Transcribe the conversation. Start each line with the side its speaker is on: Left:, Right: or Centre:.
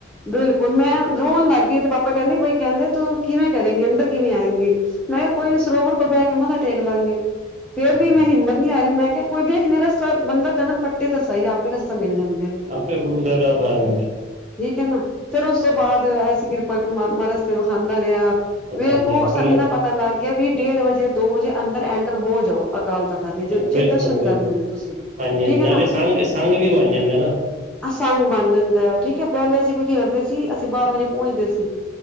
Centre: ਬਿਲਕੁਲ ਮੈਂ ਰੋਣ ਲੱਗ ਗਈ। ਤੇ ਪਾਪਾ ਕਹਿੰਦੇ ਬਈ ਕਹਿੰਦੇ ਤੂੰ ਕਿਵੇਂ ਕਰੇਗੀ। ਅੰਦਰ ਕਿਵੇਂ ਆਏਂਗੀ। ਮੈਂ
Right: ਹੂੰ
Centre: ਕਿਹਾ ਕੋਈ ਨ ਸਰੋਵਰ ਕੋਲ ਬਹਿ ਕੇ ਮੱਥਾ ਟੇਕ ਲਾਂਗੇ। ਫੇਰ
Right: ਹਾਂਜੀ
Centre: ਵੀ ਮੈਂ ਹਿੰਮਤ ਨੀ ਆ ਰਹੀ ਮੈਂ ਕਿਹਾ, ਕੋਈ ਵੇਖ ਲਾ ਗੇ। ਤਾਂ ਬੰਦਾ ਕਦਮ ਪੱਟੇ ਤਾਂ ਸਹੀ ਆਪੇ ਰਸਤੇ ਮਿਲ ਜਾਂਦੇ ਨੇ।
Right: ਆਪੇ ਗੁਰੂ ਸਾਹਿਬ <inaudible>
Centre: ਠੀਕ ਹੈ ਨਾ। ਫੇਰ ਉਸ
Right: ਹਾਂਜੀ
Centre: ਤੋਂ ਬਾਅਦ
Right: ਹਾਂਜੀ
Centre: ਐਸੀਂ ਕਿਰਪਾ ਹੋਈ ਪ੍ਰਮਾਤਮਾ ਰਸਤੇ ਵਿਖਾਦਾ ਰਿਹਾ।
Right: <inaudible>
Centre: ਮੇਰੇ ਕੋ ਸਾਨੂੰ ਇੰਨਾ ਪਤਾ ਲੱਗ ਗਿਆ ਵੀ ਡੇਢ ਵਜੇ ਦੋ ਵਜੇ ਅੰਦਰ ਐਂਟਰ ਹੋ ਜਾਓ। ਅਕਾਲ ਤਖ਼ਤ ਤੇ ਜੇ
Right: ਬਿਲਕੁਲ
Centre: ਦਰਸ਼ਨ
Right: ਬਿਲਕੁਲ
Centre: ਕਰਨੇ ਨੇ ਤੁਸੀਂ।
Right: ਹਾਂਜੀ-
Centre: ਠੀਕ
Right: ਹਾਂਜੀ
Centre: ਹੈ
Right: ਨਾਲੇ
Centre: ਨਾ
Right: ਸੰਘ- ਸੰਘ ਵੀ ਬਣ ਜਾਂਦਾ ਨਾ।
Centre: ਸੰਗ ਬਣ ਜਾਂਦਾ ਆ। ਠੀਕ ਹੈ ਪਹਿਲੇ ਅਸੀਂ ਕੀ ਕਰਦੇ ਸੀ ਅਸੀਂ ਬਾਰਾਂ ਵਜੇ ਪਹੁੰਚਦੇ ਸੀ।